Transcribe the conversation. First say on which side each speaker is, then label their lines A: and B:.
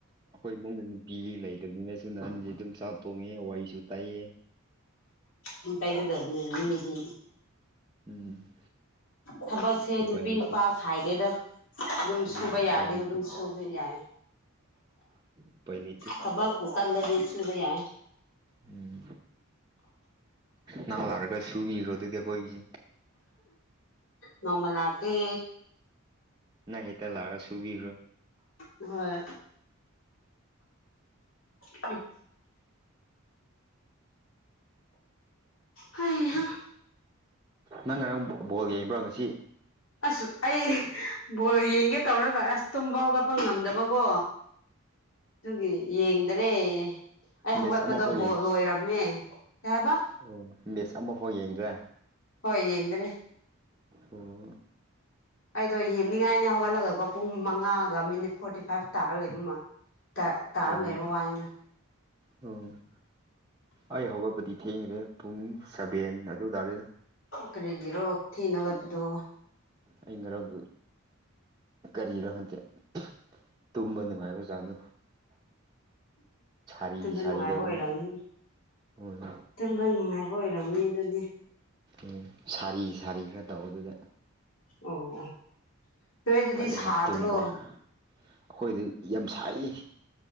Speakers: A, on the right; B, on the left.
A: ꯑꯈꯣꯏ ꯏꯃꯨꯡꯒꯤ <unintelligible> ꯄꯤ ꯂꯩꯇꯕꯅꯤꯅꯁꯨ ꯅꯍꯟ <unintelligible> ꯗꯨꯝ ꯆꯥꯛ ꯊꯣꯡꯉꯦ ꯋꯥꯔꯤꯁꯨ ꯇꯥꯏꯌꯦ꯫
B: ꯎꯝ ꯇꯩꯒꯗꯝꯅꯦ ꯃꯤꯗꯤ
A: ꯎꯝ
B: ꯊꯕꯛꯁꯦ
A: ꯎꯄꯥꯏ
B: ꯅꯨꯄꯤ
A: ꯂꯩꯇꯦ
B: ꯅꯨꯄꯥ ꯈꯥꯏꯗꯦꯗ ꯗꯨꯝ
A: ꯎꯝ
B: ꯁꯨꯕ
A: ꯎꯄꯥꯏ
B: ꯌꯥꯔꯗꯤ
A: ꯂꯩꯇꯦ
B: ꯑꯗꯨꯝ ꯁꯨꯕ ꯌꯥꯏ
A: ꯎꯄꯥꯏ ꯂꯩꯇꯦ
B: ꯊꯕꯛ ꯄꯨ ꯀꯜꯂꯗꯤ ꯁꯨꯨꯕ ꯌꯥꯏ
A: ꯎꯝ ꯅꯪ ꯂꯥꯛꯔꯒ ꯁꯨꯕꯤꯈ꯭ꯔꯣ ꯑꯗꯨꯗꯤ ꯑꯈꯣꯏꯒꯤꯁꯦ
B: ꯅꯣꯡꯃ ꯂꯥꯛꯀꯦ
A: ꯅꯪ ꯍꯦꯇꯥ ꯂꯥꯛꯔ ꯁꯨꯕꯤꯒ꯭ꯔꯣ꯫
B: ꯍꯣꯏ ꯎꯝ ꯍꯩ ꯍꯥ
A: ꯅꯪ ꯉꯔꯥꯡ ꯕꯣꯜ ꯌꯦꯡꯕ꯭ꯔꯣ ꯉꯁꯤ
B: ꯑꯁ ꯑꯩ ꯕꯣꯜ ꯌꯦꯡꯒꯦ ꯇꯧꯔꯒ ꯑꯁ ꯇꯨꯝꯕ ꯍꯧꯒꯠꯄ ꯉꯝꯗꯕꯀꯣ꯫ ꯗꯨꯒꯤ ꯌꯦꯡꯗ꯭ꯔꯦ ꯫ ꯑꯩ ꯍꯧꯒꯠꯄꯗꯣ
A: ꯃꯦꯠꯆ ꯑꯃꯐꯥꯎ
B: ꯕ‌ꯣꯜ ꯂꯣꯏꯔꯝꯃꯦ ꯀꯩ ꯍꯥꯏꯕ
A: ꯎꯝ ꯃ‌ꯦꯠꯁ ꯑꯃꯐꯥꯎ ꯌꯦꯡꯗ꯭ꯔꯦ
B: ꯍꯣꯏ ꯌ‌ꯦꯡꯗ꯭ꯔ‌ꯦ ꯫
A: ꯎ
B: ꯑꯩꯗꯣ ꯌꯦꯡꯅꯤꯡꯉꯥꯏꯅꯤ ꯍꯧꯒꯠꯂꯒꯀꯣ ꯄꯨꯡ ꯃꯉꯥꯒ ꯃꯤꯅꯤꯠ ꯐꯣꯔꯇꯤ ꯐꯥꯏꯚ ꯇꯥꯔ ꯂꯩꯕ ꯃꯥ ꯇ ꯇꯥꯔ
A: ꯑꯣ
B: ꯂꯩꯕ ꯋꯥꯅꯤꯅ ꯫
A: ꯑꯣ ꯑꯩ ꯍꯧꯒꯠꯄꯗꯤ ꯊꯦꯡꯈꯔꯦ ꯄꯨꯡ ꯁꯚꯦꯟ ꯑꯗꯨ ꯇꯔꯦꯗꯥ ꯫
B: ꯀꯔꯤꯒꯤꯔꯣ ꯊ‌ꯦꯡꯅꯥ ꯍꯧꯒꯠꯄꯗꯨ?
A: ꯑꯩ ꯉꯔꯥꯡꯗꯨ ꯀꯔꯤꯔ‌ꯣ ꯈꯪꯗ‌ꯦ ꯇꯨꯝꯕ ꯅꯨꯡꯉꯥꯏꯕ ꯆꯥꯡꯗꯨ ꯁꯥꯔꯤ
B: ꯇꯨꯝꯕ
A: ꯁꯥꯔꯤꯗꯧꯔꯤꯅꯦ
B: ꯅꯨꯡꯉꯥꯏꯕ ꯑꯣꯏꯔꯝꯅꯤ
A: ꯍꯣꯏ
B: ꯇꯨꯝꯕ ꯅꯨꯡꯉꯥꯏꯕ ꯑꯣꯏꯔꯝꯅꯤ ꯑꯗꯨꯗꯤ
A: ꯎꯝ ꯁꯥꯔꯤ ꯁꯥꯔꯤ ꯈꯔ ꯇꯧꯕꯗꯨꯗ
B: ꯑꯣ ꯑꯣ ꯅꯣꯏ ꯑꯗꯨꯗꯤ
A: ꯐꯖꯅ
B: ꯁꯥꯗ꯭ꯔꯣ
A: ꯇꯨꯝꯈ꯭ꯔꯦ ꯑꯩꯈꯣꯏꯗꯤ ꯌꯥꯝ ꯁꯥꯏꯌꯤ